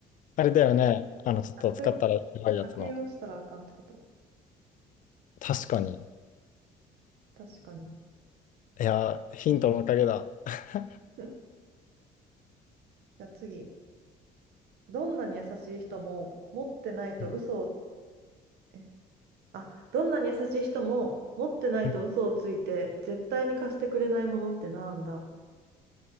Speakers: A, on the left (about 50°); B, on the right (about 70°).
A: あれだよね。あの、ちょっと使ったらやばいやつの。
B: それ悪用したらあかんってこと
A: 確かに。
B: 確かに。
A: いやー、ヒントのおかげだ。<laughs>
B: <laughs> じゃあ次。どんなに優しい人も持ってないと嘘を、
A: うん
B: え、あ、どんなに優しい人も持ってないと嘘をついて絶対に貸してくれないものってなんだ
A: うん